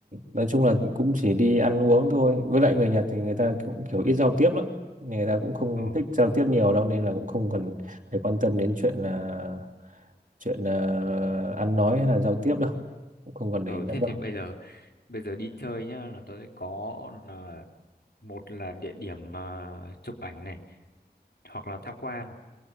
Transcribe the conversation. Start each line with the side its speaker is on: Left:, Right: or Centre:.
Right: nói chung là cũng chỉ đi ăn uống thôi với lại người Nhật thì người ta cũng kiểu ít giao tiếp lắm người ta cũng không
Left: ừ.
Right: thích giao tiếp nhiều đâu nên là cũng không cần phải quan tâm đến chuyện là chuyện ờ, ăn nói hay là giao tiếp đâu cũng không cần để
Left: ừ
Right: ý lắm
Left: thế
Right: đâu
Left: thì bây giờ bây giờ đi chơi nhá là tôi sẽ có là một là địa điểm mà chụp ảnh này hoặc là tham quan